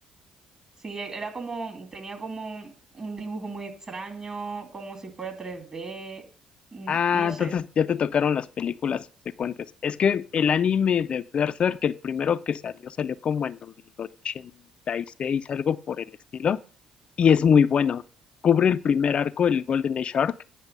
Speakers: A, on the right; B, on the left.
A: Sí, e- era como, tenía como un dibujo muy extraño, como si fuera 3D, mm,
B: Ah,
A: no sé,
B: entonces ya te tocaron las películas subsecuentes. Es que el anime de Berserk, el primero que salió, salió como en el 86, algo por el estilo, y es muy bueno. Cubre el primer arco, el Golden Age Arc,